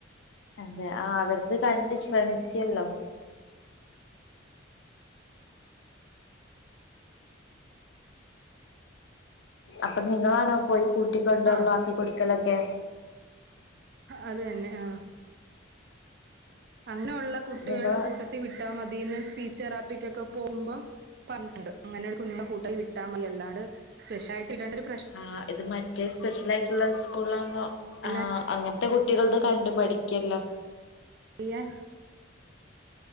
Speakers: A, on the left; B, on the right.
A: എന്താ ആഹ് അവരത് കണ്ട് ശ്രമിക്കല്ലോ അപ്പൊ നിങ്ങളാണോ പോയി കൂട്ടിക്കൊണ്ടരലും
B: ആഹ്
A: ആക്കി കൊടുക്കലൊക്കെ
B: അത് തെന്നെ ആഹ് അങ്ങനെയുള്ള കുട്ടികളുടെ
A: നിങ്ങള്
B: കൂട്ടത്തി വിട്ടാമതീന്ന് സ്പീച്ച് തെറാപ്പിക്കൊക്കെ പോവുമ്പം പറഞ്ഞിട്ട്ണ്ട് അങ്ങനെ കുഞ്ഞ്ങ്ങളുടെ കൂട്ടത്തിൽ വിട്ടാൽ മതി അല്ലാണ്ട് സ്പെഷലായിട്ട്‌ ഇടണ്ടൊരു
A: ആഹ് ഇത് മറ്റേ സ്പെഷ്യലായിട്ടുള്ള സ്കൂളാവുമ്പോ
B: എല്ലാം
A: ആഹ് അങ്ങനത്തെ കുട്ടികൾത് കണ്ടു പഠിക്കല്ലോ
B: ഫ്രീയാ